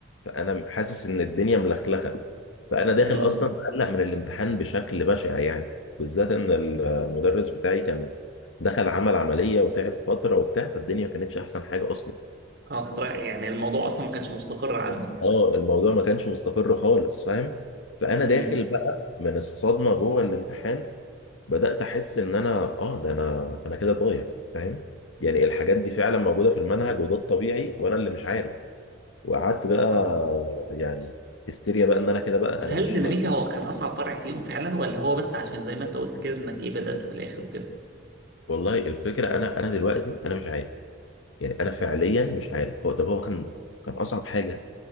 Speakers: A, on the left; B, on the right.
A: فانا حاسس ان الدنيا ملخلخه فانا داخل
B: امم
A: اصلا مقلق من الامتحان بشكل بشع يعني بالذات ان ال- المدرس بتاعي كان دخل عمل عمليه وتعب فتره وبتاع فالدنيا ما كانتش احسن حاجه اصلا
B: اه كنت رايح يعني الموضوع اصلا ما كانش مستقر عندك
A: اه الموضوع ما كانش مستقر خالص فاهم فانا
B: امم
A: داخل بقى من الصدمه جوه الامتحان بدات احس ان انا اه ده انا انا كده ضايع فاهم يعني الحاجات دي فعلا موجوده في المنهج وده الطبيعي وانا اللي مش عارف وقعدت بقى
B: اه
A: يعني هستيريا بقى ان انا كده بقى
B: بس
A: انا
B: هل
A: مش
B: الديناميكا
A: ما
B: هو كان اصعب فرع فيهم فعلا ولا هو بس عشان زي ما انت قلت كده انك ايه بدأته في الاخر وكده
A: والله الفكره انا انا دلوقتي انا مش عارف يعني انا فعليا
B: مم.
A: مش عارف هو طب هو كان كان اصعب حاجه